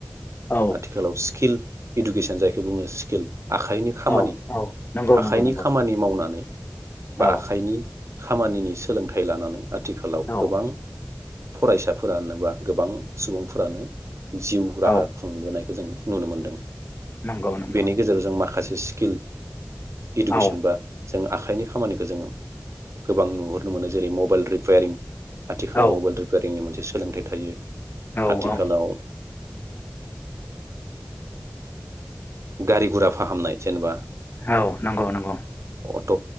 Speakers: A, on the left; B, on the right.
A: औ
B: आथिखालाव स्किल इडुकेसन जायखौ बुङो स्किल आखाइनि खामानि
A: औ औ नंगौ
B: आखाइनि
A: नंगौ नंगौ
B: खामानि मावनानै बा
A: औ
B: आखाइनि खामानिनि सोलोंथाइ लानानै आथिखालाव
A: औ
B: गोबां फरायसाफोरानोबा गोबां सुबुंफोरानो जिउ राहा
A: औ
B: खुंबोनाय जों नुनो मोनदों
A: नंगौ नंगौ
B: बेनि गेजेरावजों माखासे सिक किल इडुकेसन
A: औ
B: बा जोङो आखाइनि खामानिखौ जोङो गोबां नुहुरनो मोनो जेरै मबाइल रिपेयारिं आथिखालाव
A: औ
B: मबाइल रिपायारिंनि मोनसे सोलोंथाइ थायो
A: औ
B: आथिखालाव
A: औ
B: ओ गारि गुरा फाहामनाय जेनेबा
A: औ नंगौ नंगौ
B: अट